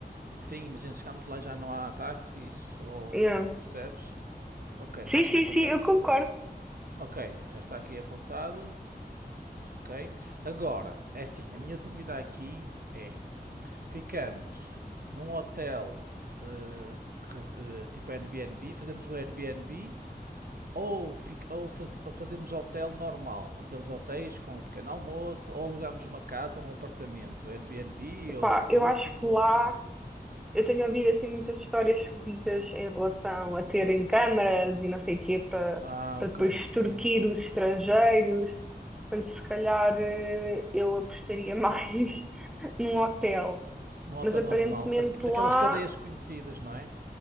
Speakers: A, on the right; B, in the centre.
A: Sim, imagina, chegamos lá e já não há táxis, ou
B: Yeah.
A: percebes? Ok,
B: Sim,
A: deixa-me
B: sim,
A: apontar.
B: sim, eu concordo.
A: Ok, já está aqui apontado. Ok. Agora, é assim, a minha dúvida aqui é Ficamos num hotel eh, que res- eh, tipo Airbnb, fazemos o Airbnb ou, fic- ou fazi- ou fazemos hotel normal, aqueles hotéis com um pequeno almoço, ou alugamos uma casa ou um apartamento, Airbnb
B: Epá,
A: ou Booking
B: eu acho que
A: ou.
B: lá eu tenho ouvido assim muitas histórias esquisitas em relação a terem câmaras e não sei o quê para
A: Ah,
B: para
A: ok,
B: depois
A: sim.
B: extorquir os estrangeiros. Portanto, se calhar eh, eu apostaria mais <laughs> num hotel.
A: Num hotel
B: Mas aparentemente
A: normal, da- daquelas
B: lá,
A: cadeias conhecidas, não é?